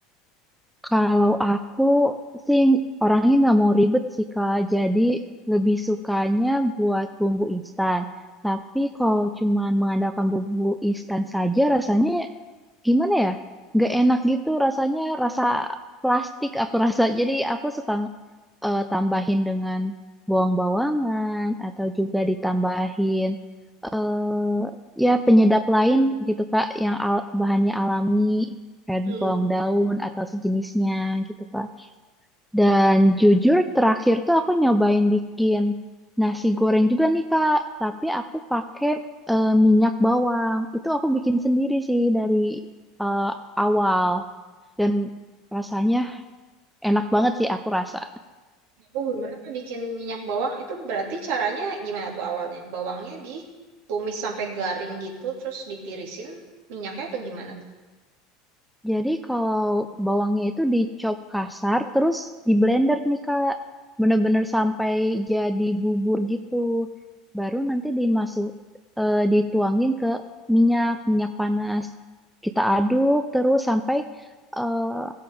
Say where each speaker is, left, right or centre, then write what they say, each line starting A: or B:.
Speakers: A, in the centre; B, on the right.
A: Kalau aku sih orangnya nggak mau ribet sih Kak, jadi lebih sukanya buat bumbu instan. Tapi kalau cuma mengandalkan bumbu instan saja rasanya gimana ya nggak enak gitu rasanya rasa plastik aku <laughs> rasa jadi aku suka eh, tambahin dengan bawang-bawangan atau juga ditambahin eh ya penyedap lain gitu Kak yang al- bahannya alami kayak
B: Hmm.
A: bawang daun atau sejenisnya gitu Kak dan jujur terakhir tuh aku nyobain bikin nasi goreng juga nih Kak, tapi aku pakai eh, minyak bawang. Itu aku bikin sendiri sih dari eh, awal dan rasanya enak banget sih aku rasa.
B: Oh, mereka bikin minyak bawang itu berarti caranya gimana tuh awalnya? Bawangnya ditumis sampai garing gitu, terus ditirisin minyaknya atau gimana tuh?
A: Jadi kalau bawangnya itu dicop kasar, terus di blender nih Kak, bener-bener sampai jadi bubur gitu. Baru nanti dimasuk, eh, dituangin ke minyak, minyak panas. Kita aduk terus sampai eh,